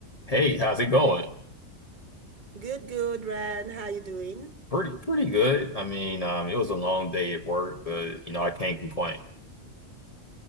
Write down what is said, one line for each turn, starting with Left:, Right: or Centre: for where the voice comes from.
Left: Hey, how's it going?
Right: Good, good, Ryan. How you doing?
Left: Pretty pretty good. I mean, um, it was a long day at work, but you know, I can't complain.